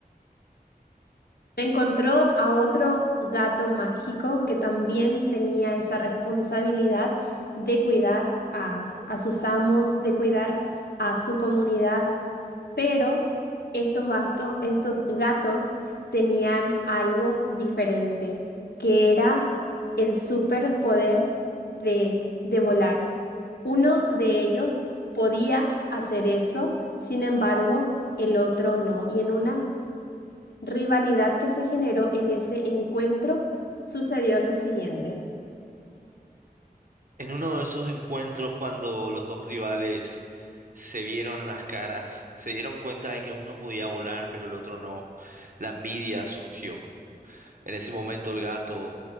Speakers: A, on the left; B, on the right.
A: Encontró a otro gato mágico que también tenía esa responsabilidad de cuidar a, a sus amos, de cuidar a su comunidad, pero estos gasto- estos gatos tenían algo diferente, que era el superpoder de, de volar. Uno de ellos podía hacer eso, sin embargo, el otro no. Y en una rivalidad que se generó en ese encuentro, sucedió lo siguiente,
B: En uno de esos encuentros cuando los dos rivales se vieron a las caras, se dieron cuenta de que uno podía volar pero el otro no, la envidia surgió. En ese momento el gato,